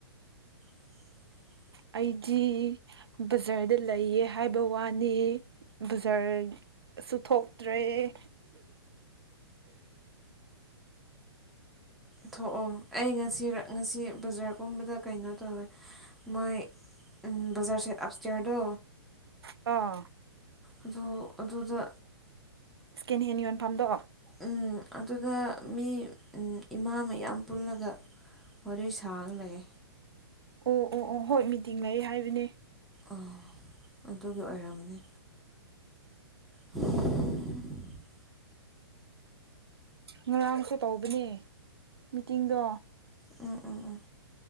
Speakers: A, in the centre; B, on the right.
A: <inaudible>
B: ꯑꯩꯖꯤ ꯕꯖꯥꯔꯗ ꯂꯩꯌꯦ ꯍꯥꯏꯕ ꯋꯥꯅꯤ ꯕꯖꯥꯔ ꯁꯨ ꯊꯣꯛꯇ꯭ꯔꯦ
A: ꯊꯣꯛꯑꯣ ꯑꯩ ꯉꯁꯤ ꯉꯁꯤ ꯕꯖꯥꯔꯒꯨꯝꯕꯗ ꯀꯩꯅꯣ ꯇꯧꯋꯦ ꯃꯣꯏ ꯎꯝ ꯕꯖꯔ ꯁꯦꯠ ꯑꯞꯁꯇ꯭ꯌꯥꯔꯗꯣ
B: ꯑꯣ
A: ꯑꯗꯨ ꯑꯗꯨꯗ
B: ꯏꯁꯀꯦꯟ ꯍꯦꯟ ꯌꯣꯟꯐꯝꯗꯣ
A: ꯎꯝ ꯑꯗꯨꯗ ꯃꯤ ꯏꯃꯥ ꯃꯌꯥꯝ ꯄꯨꯜꯂꯒ ꯋꯥꯔꯤ ꯁꯥꯔ ꯂꯩ
B: ꯑꯣ ꯑꯣ ꯑꯣ ꯍꯣꯏ ꯃꯤꯇꯤꯡ ꯂꯩ ꯍꯥꯏꯕꯅꯦ
A: ꯑꯣ ꯑꯗꯨꯒꯤ ꯑꯣꯏꯔꯝꯃꯅꯤ <inaudible>
B: ꯉꯔꯥꯡꯁꯨ ꯇꯧꯕꯅꯦ ꯃꯤꯇꯤꯡꯗꯣ
A: ꯎꯝ ꯎꯝ ꯎꯝ